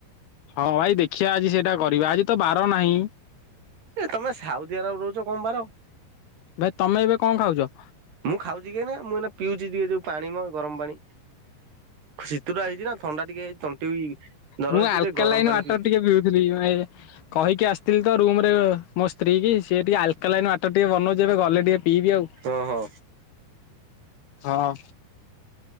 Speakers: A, on the left; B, on the right.
A: ହଁ ଭାଇ ଦେଖିବା ଆଜି ସେଇଟା କରିବା ଆଜି ତ ବାର ନାହିଁ।
B: ଏ ତମେ ସାଉଦି ଆରବ ରହୁଛ କଣ ବାର?
A: ଭାଇ ତମେ ଏବେ କଣ ଖାଉଛ?
B: ମୁଁ ଖାଉଛି କେହି ନା ମୁଁ ଏ ପିଉଛି ଟିକେ ଯୋଉ ପାଣି ମ ଗରମ ପାଣି। ଶୀତଟା ହେଇଛି ନା ଥଣ୍ଡା ଟିକେ ହେଇଛି ତଣ୍ଟି ବି ଦରଜ
A: ମୁଁ
B: ହେଇଛି
A: ଆଲକା
B: ଟିକେ ଗରମ
A: ଲାଇନ
B: ପାଣି
A: ୱାଟର
B: ପିଉଛି।
A: ଟିକେ ପିଉଥିଲି ମୁଁ କହିକି ଆସିଥିଲି ତ ରୁମରେ ସ୍ତ୍ରୀ କି ସିଏ ଟିକେ ଆଲକା ଲାଇନ ଆଟା ଟିକେ ବନଉଛି ଏବେ ଗଲେ ଟିକେ ପିଇବି ଆଉ।
B: ଓହୋ
A: ହଁ।